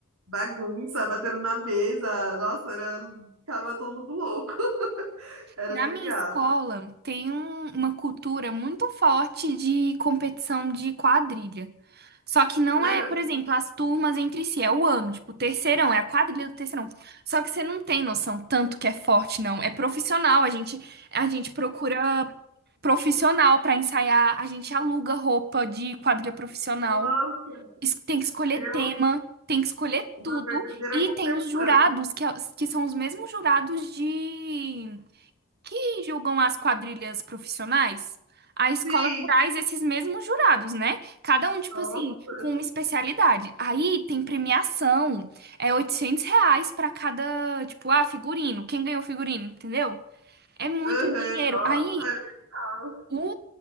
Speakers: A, on the right (about 70°); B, on the right (about 45°).
A: bagunça, batendo na mesa. Nossa, era... ficava todo mundo louco. <laughs> Era
B: Na
A: legal.
B: minha escola tem um- uma cultura muito forte de competição de quadrilha. Só que não
A: Aham.
B: é, por exemplo, as turmas entre si, é o ano, tipo, o terceirão, é a quadrilha do terceirão. Só que você não tem noção tanto que é forte, não. É profissional, a gente, a gente procura profissional pra ensaiar, a gente aluga roupa de quadrilha profissional,
A: Nossa,
B: es- tem que escolher
A: realmente,
B: tema, tem que escolher
A: uma
B: tudo.
A: verdadeira
B: E
A: competição.
B: tem os jurados, que, é- que são os mesmos jurados de que julgam as quadrilhas profissionais, a escola
A: Sim,
B: traz esses mesmos jurados, né? Cada um, tipo
A: nossa.
B: assim, com uma especialidade. Aí tem premiação, é 800 reais pra cada, tipo, ah, figurino, quem ganhou figurino, entendeu? É muito
A: Aham,
B: dinheiro.
A: Nossa,
B: Aí
A: é legal.
B: o,